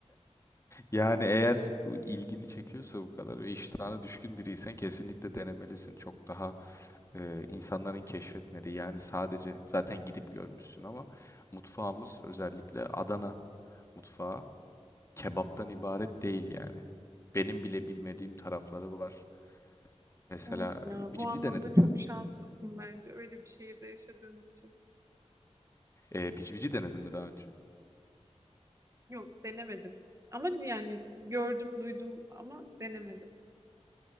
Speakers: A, on the left; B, on the right.
A: Yani eğer ilgini çekiyorsa bu kadar ve iştahına düşkün biriysen kesinlikle denemelisin. Çok daha e, insanların keşfetmediği yani sadece zaten gidip görmüşsün ama mutfağımız özellikle Adana mutfağı kebaptan ibaret değil yani. Benim bile bilmediğim tarafları var. Mesela
B: Evet ya,
A: e, bici
B: bu anlamda
A: bici denedin
B: çok
A: mi?
B: şanslısın bence öyle bir şehirde yaşadığın için.
A: E, bici bici denedin mi daha önce?
B: Yok, denemedim. Ama yani gördüm, duydum ama denemedim.